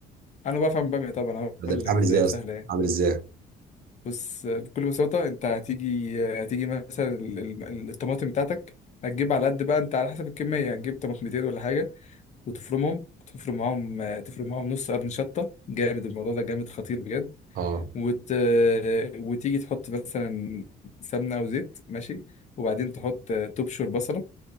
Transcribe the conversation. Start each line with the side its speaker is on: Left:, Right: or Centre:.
Left: انا بفهم بقى طبعا هقول
Right: ده بتعمل
Left: لك ازاي
Right: ازاي يا
Left: سهله
Right: اسطى؟
Left: يعني
Right: عامل ازاي؟
Left: بص بكل بساطه انت هتيجي هتيجي مثلا ال- ال- الطماطم بتاعتك هتجيب على قد بقى انت على حسب الكميه هتجيب طماطمتين ولا حاجه وتفرمهم تفرم معاهم تفرم معاهم نص قرن شطه جامد الموضوع ده جامد خطير بجد
Right: اه
Left: وت... وتيجي تحط مثلا سمنه او زيت ماشي وبعدين تحط تبشر بصله